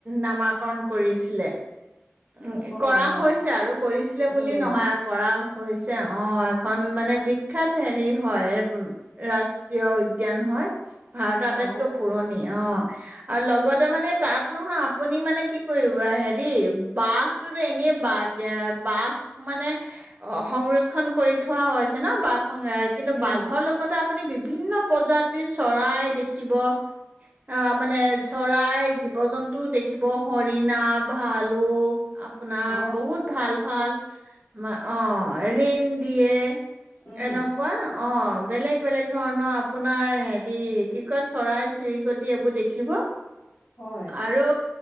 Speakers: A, on the right (about 35°); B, on the left (about 60°).
A: নামাকৰণ কৰিছিলে উম
B: হয়
A: কৰা হৈছে
B: অ
A: আৰু কৰিছিলে
B: উম
A: বুলি নহয় আৰু কৰা হৈছে অ অ এখন মানে বিখ্যাত হেৰি হয় ৰাষ্ট্ৰীয় উদ্যান হয় ভাৰতৰ আটাইতকৈ
B: অ
A: পুৰণি অ আৰু লগ তে মানে তাত নহয় আপুনি মানে কি কৰিব হেৰি বাঘটোতো এনেই বাঘ বাঘ মানে অ সংৰক্ষন কৰি থোৱা হৈছে ন বাঘ সংৰ কিন্তু
B: উম
A: বাঘৰ লগতে আপুনি বিভিন্ন প্ৰজাতিৰ চৰাই দেখিব আহ মানে চৰাই জীৱ জন্তুও দেখিব হৰিণা ভা লুক আ আপোনাৰ
B: অ
A: বহুত ভাল ভাল মা অ ৰিণ দিয়ে
B: উম
A: এনেকোৱা অ বেলেগ বেলেগ ধৰণৰ আপোনাৰ হেৰি কি কয় চৰাই চিৰিকটি এইবোৰ দেখিব
B: হয়
A: আৰু